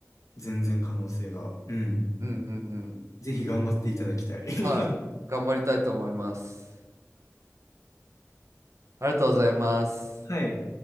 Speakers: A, on the left; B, on the right.
A: 全然可能性が。うん。
B: うんうんうん。
A: ぜひ頑張っていただきたい。<laughs>
B: はい。頑張りたいと思います。ありがとうございます。
A: はい。